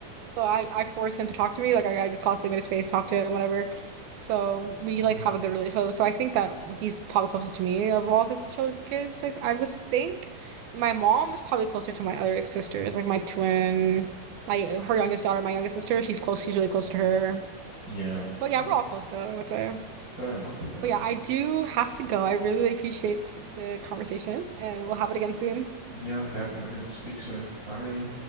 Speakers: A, on the right; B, on the right.
A: so I I force him to talk to me. Like I, I just constantly made his face talk to him, whatever. So we
B: Mhm.
A: like have a good relationship. So, so I think that he's probably closest to me of all of his children, kids. I, I would think my mom is probably closer to my other sisters, like my twin, my her youngest daughter, my youngest sister. She's close. She's really close to her.
B: yeah.
A: But yeah,
B: Yeah.
A: we're all close though, I would say.
B: Fair enough, fair
A: But yeah,
B: enough.
A: I do have to go. I really appreciate the conversation, and we'll have it again soon.
B: Yeah, definitely. I'll speak soon. Bye.